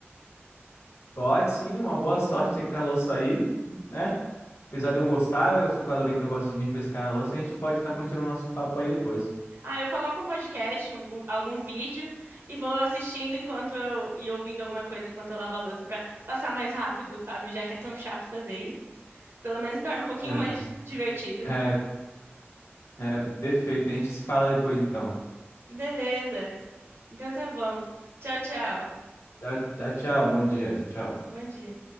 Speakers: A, on the left; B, on the right.
A: Pode sim, uma boa sorte aí com a louça aí, né? Apesar de eu gostar, eu sou calorento, eu gosto de me refrescar na louça, a gente pode estar continuando nosso papo aí depois.
B: Ah, eu coloco um podcast, um- um- algum vídeo e vou assistindo enquanto eu, e ouvindo alguma coisa enquanto eu lavo a louça para passar mais rápido, sabe? Já que é tão chato fazer isso. Pelo menos torna um pouquinho
A: <laughs>
B: mais divertido.
A: É, é, perfeito. A gente se fala depois então.
B: Beleza. Então tá bom. Tchau, tchau.
A: Tchau, tchau, tchau. Bom dia. Tchau, tchau.
B: Bom dia.